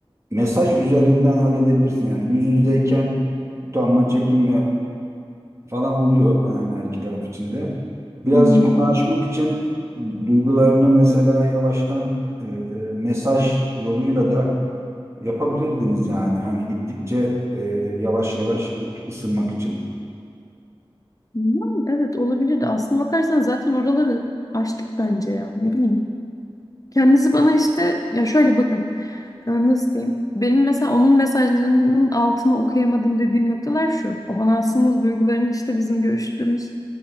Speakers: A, on the right (about 30°); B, on the left (about 35°).
A: mesaj üzerinden halledebilirsin. Yani yüz yüzeyken utanma, çekinme, falan oluyor yani her iki taraf içinde. Birazcık
B: Hı hı.
A: onu aşmak için duygularını mesela yavaştan e, mesaj yoluyla da yapabilirdiniz yani hani gittikçe e, yavaş yavaş ısınmak için.
B: Yani evet olabilir de Aslına bakarsan zaten oraları açtık bence ya. Ne bileyim. Kendisi bana işte ya şöyle bakın. e, Nasıl diyeyim? Benim mesela onun mesajlarının altını okuyamadım dediğim noktalar şu. O bana aslında duygularını işte bizim görüştüğümüz